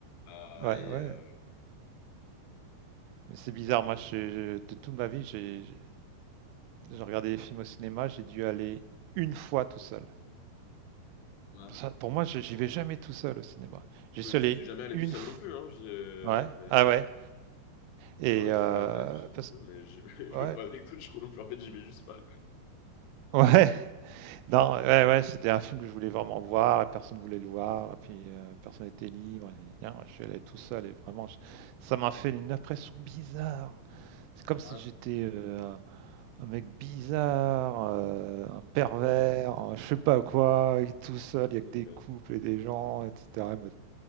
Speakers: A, on the left; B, on the right.
A: Ah,
B: ouais,
A: et,
B: ouais, ouais.
A: euh,
B: Mais c'est bizarre, moi, je, je- de toute ma vie, j'ai j'ai- j'ai regardé des films au cinéma, j'ai dû aller une fois tout seul.
A: ouais.
B: Ça, pour moi, je- j'y vais jamais tout seul au cinéma. J'y
A: Mais
B: suis
A: je
B: allé
A: suis jamais allé
B: une
A: tout seul
B: fois.
A: non plus, hein, je-
B: Ouais,
A: mais, euh,
B: ah ouais. Et
A: non, je
B: euh,
A: suis jamais allé tout seul non
B: parce-
A: plus, mais je, <laughs> je
B: ouais,
A: vais pas avec d'autres gens non plus, en fait, j'y vais juste pas.
B: <laughs> ouais. Non, ouais, ouais, c'était un film que je voulais vraiment voir et personne ne voulait le voir.
A: Mm.
B: Et puis euh, personne n'était libre. et gna, je suis allé tout seul et vraiment, je- ça m'a fait une impression bizarre. C'est comme si
A: Ah,
B: j'étais euh, un mec bizarre, euh, un pervers, un je sais pas quoi, et tout seul, il y a
A: ok.
B: que des couples et des gens, etc. Et moi,